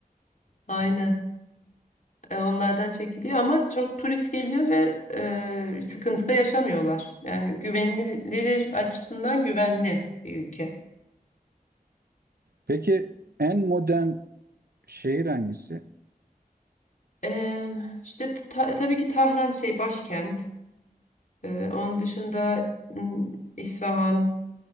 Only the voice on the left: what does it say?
Aynen. E, Onlardan çekiliyor ama çok turist geliyor ve e, sıkıntı da yaşamıyorlar. Yani güvenilir açısından güvenli bir ülke.
E, işte ta- tabii ki Tahran şey başkent. E, onun dışında m, İsfahan